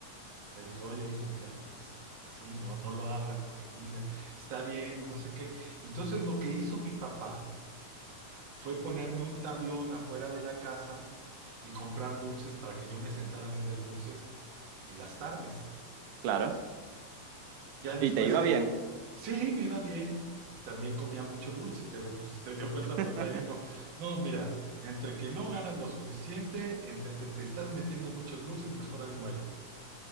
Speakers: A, on the right; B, on the right.
A: Me dijo, oye, hijo, mira, pues así, no, no lo hagas porque mira, está bien, no sé qué. Entonces lo que hizo mi papá fue ponerme un tablón afuera de la casa y comprar dulces para que yo me sentara a vender dulces en las tardes.
B: claro.
A: Ya después
B: Y te iba
A: es,
B: bien.
A: sí, me iba bien. También comía mucho dulce, pero pues, se dio cuenta
B: <laughs>
A: mi papá y dijo, no, mira, entre que no ganas lo suficiente, entre que te estás metiendo muchos dulces, mejor ahí muere.